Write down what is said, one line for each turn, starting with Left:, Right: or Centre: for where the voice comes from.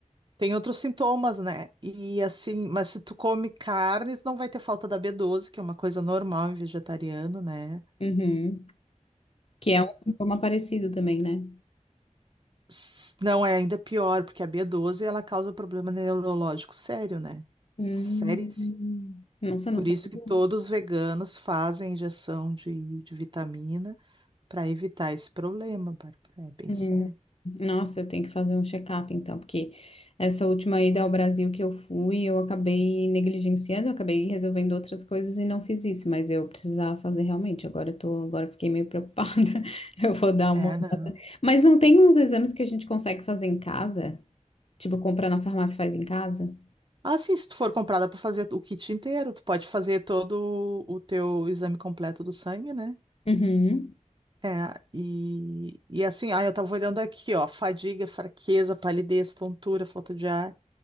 Right: tem outros sintomas, né? E assim, mas se tu come carnes, não vai ter falta da B12, que é uma coisa normal em vegetariano, né?
Left: Uhum. Que é um sintoma parecido também, né?
Right: S- Não, é ainda pior, porque a B12 ela causa problema neurológico sério, né?
Left: Hum.
Right: Seríssimo.
Left: Nossa, não
Right: Por
Left: sabia.
Right: isso que todos os veganos fazem injeção de, de vitamina para evitar esse problema, Bárbara. É bem
Left: Hum.
Right: sério.
Left: Nossa, eu tenho que fazer um check-up então, porque essa última ida ao Brasil que eu fui, eu acabei negligenciando, eu acabei resolvendo outras coisas e não fiz isso, mas eu precisava fazer realmente. Agora eu tô, agora eu fiquei meio preocupada. <laughs> Eu vou dar uma
Right: É,
Left: olhada.
Right: não.
Left: Mas não tem uns exames que a gente consegue fazer em casa? Tipo, compra na farmácia e faz em casa?
Right: Ah, sim, se tu for comprada para fazer o kit inteiro, tu pode fazer todo o teu exame completo do sangue, né?
Left: Uhum.
Right: É, e, e assim, ah, eu tava olhando aqui, ó, fadiga, fraqueza, palidez, tontura, falta de ar.